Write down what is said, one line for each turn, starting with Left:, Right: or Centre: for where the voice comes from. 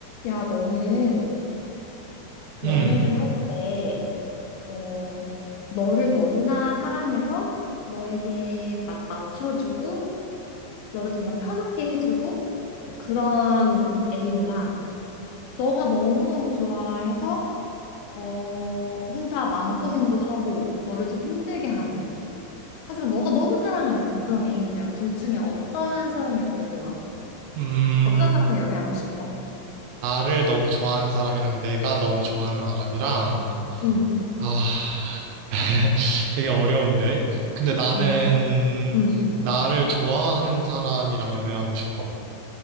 Left: 야, 너는
Right: 음,
Left: 연애를 할 때, 어, 너를 너무나 사랑해서 너에게 막 맞춰주고, 너를 정말 편하게 해주고, 그런 애인이랑, 너가 너무너무 좋아해서, 어, 혼자 마음고생도 하고, 너를 좀 힘들게 하는, 하지만 너가 너무 사랑하는 그런 애인이랑 둘 중에 어떤 사람이 더 좋아?
Right: 음,
Left: 어떤 사람을 연애하고 싶어?
Right: 나를 너무 좋아하는 사람이랑 내가 너무 좋아하는 사람이랑,
Left: 응,
Right: 아, <laughs> 되게 어려운데. 근데 나는
Left: 응, 응.
Right: 나를 좋아하는 사람이랑 연애하고 싶어.